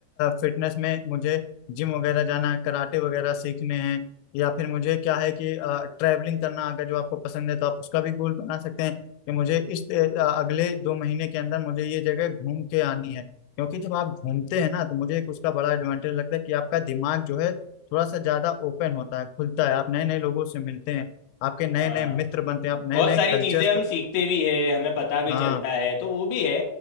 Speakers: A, on the left; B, on the left.
A: फिटनेस में मुझे जिम वगैरह जाना है कराटे वगैरह सीखने हैं या फिर मुझे क्या है कि ट्रैवलिंग करना अगर जो आपको पसंद है तो आप उसका भी गोल बना सकते हैं कि मुझे इस अ, अगले दो महीने के अंदर मुझे ये जगह घूम के आनी है क्योंकि जब आप घूमते हैं ना तो मुझे एक उसका बड़ा एडवांटेज लगता है कि आपका दिमाग जो है थोड़ा सा ज्यादा ओपन होता है खुलता है आप नए नए लोगों से मिलते हैं आपके नए
B: हाँ
A: नए मित्र बनते हैं आप नए
B: बहुत
A: नए
B: सारी
A: कल्चर्स
B: चीज़ें
A: को
B: हम सीखते भी है हमें पता भी
A: हाँ
B: चलता है तो वो भी है